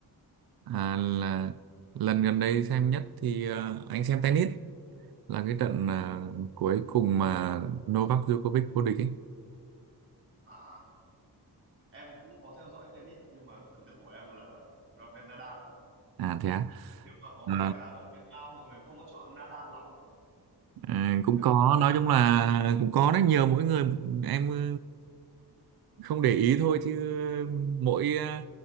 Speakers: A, on the right; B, on the right.
A: À, là lần gần đây xem nhất thì ờ, anh xem tennis là cái trận ờ, cuối cùng mà Novak Djokovic vô địch ấy.
B: à em cũng có theo dõi tennis nhưng mà thần tượng của em là Rafael Nadal
A: À thế á.
B: nhưng mà có
A: Ờ,
B: vẻ là ở Việt Nam mọi người không có chuộng Nadal lắm
A: ờ, cũng
B: em
A: có
B: thấy mọi người
A: nói
B: thích
A: chung là
B: Federer
A: cũng có rất nhiều mỗi người em ừ, không để ý thôi chứ mỗi ờ,